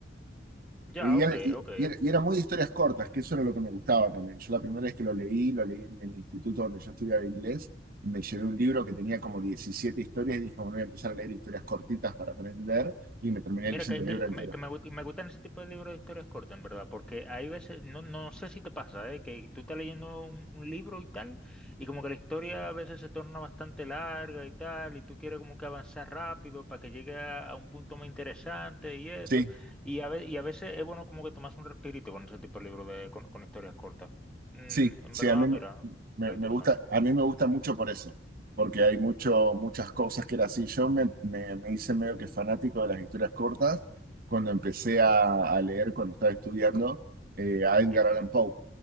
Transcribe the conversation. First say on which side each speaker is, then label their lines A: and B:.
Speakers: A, in the centre; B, on the right.
A: Ya,
B: Y
A: ok,
B: era, y-
A: ok,
B: y era- y era muy de historias cortas, que eso era lo que me gustaba también. Yo la primera vez que lo leí, lo leí en el instituto donde yo estudiaba inglés, me llevé un libro que tenía como 17 historias y dije, bueno, voy a empezar a leer historias cortitas para aprender y me terminé
A: Mira,
B: leyendo
A: que,
B: el
A: que-
B: libro
A: que
B: entero.
A: me, que me gu- me gustan ese tipo de libros de historias cortas, en verdad, porque hay veces, no, no sé si te pasa, ¿eh? que tú estás leyendo un, un libro y tal, y como que la historia a veces se torna bastante larga y tal, y tú quieres como que avanzar rápido para que llegue a, a un punto más interesante y eso,
B: Sí,
A: y a, ve- y a veces es bueno como que tomas un respirito con ese tipo de libros de, con, con historias cortas. Mm,
B: sí,
A: en
B: sí,
A: verdad,
B: a mí me,
A: mira,
B: me-
A: es interesante.
B: me gusta, a mí me gusta mucho por eso, porque hay mucho, muchas cosas que era así. Yo me, me- me hice medio que fanático de las historias cortas cuando empecé a, a leer, cuando estaba estudiando, eh, a Edgar
A: Ujú.
B: Allan Poe.